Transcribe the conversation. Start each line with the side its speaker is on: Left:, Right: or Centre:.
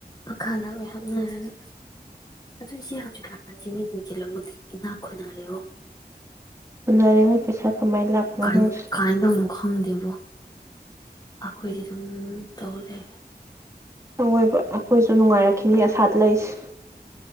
Left: ꯃꯈꯥꯗ ꯂꯣꯏ ꯍꯥꯞꯅꯔꯒ ꯑꯗꯨ ꯏꯆꯦ ꯍꯧꯖꯤꯛꯁꯤ ꯃꯤꯁꯤꯡꯁꯦ ꯂꯣꯏꯃꯛꯇꯤ ꯏꯅꯥꯛ ꯈꯨꯅꯔꯦꯕꯣ꯫
Right: ꯎꯅꯔꯉꯣ ꯄꯩꯁꯥ ꯀꯃꯥꯏꯅ ꯂꯥꯛꯄꯅꯣ
Left: ꯀꯥꯏ
Right: ꯈꯪꯗ꯭ꯔꯦ
Left: ꯀꯥꯏꯅꯅꯣ ꯈꯪ ꯗꯦꯕꯣ ꯑꯩꯈꯣꯏꯗꯤ ꯑꯗꯨꯝ ꯇꯧ ꯂꯩꯔꯦ꯫
Right: ꯑꯋꯣꯏꯕ ꯑꯩꯈꯣꯏꯁꯨ ꯅꯨꯡꯉꯥꯏꯔꯛꯈꯤꯅꯤ ꯑꯁꯥꯗ ꯂꯩꯁꯦ